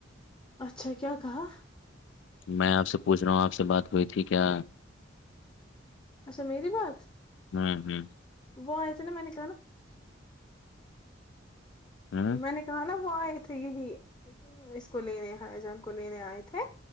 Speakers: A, on the left; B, on the left.
A: اچھا کیا کہا
B: میں آپ سے پوچھ رہا ہوں آپ سے بات ہوئی تھی کیا
A: اچھا میری بات
B: ہوں ہ
A: وہ آئے تھے نا میں نے کہا ن
B: ہ
A: میں نے کہا نا وہ آئے تھے یہی اس کو لینے ح جان کو لینے آئے تھے